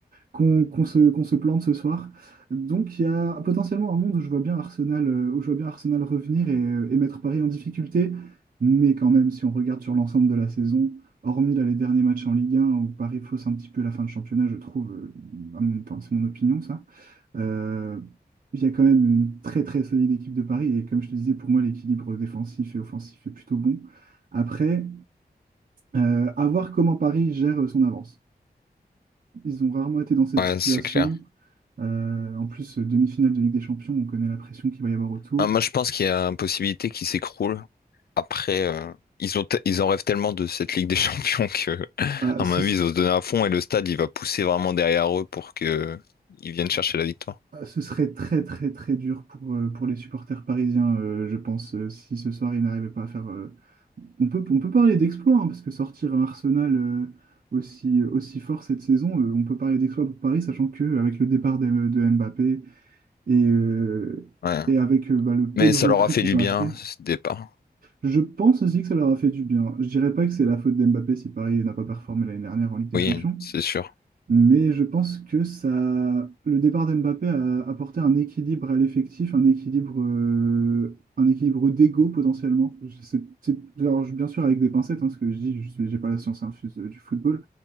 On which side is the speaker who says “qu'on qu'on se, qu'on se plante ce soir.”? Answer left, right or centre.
Right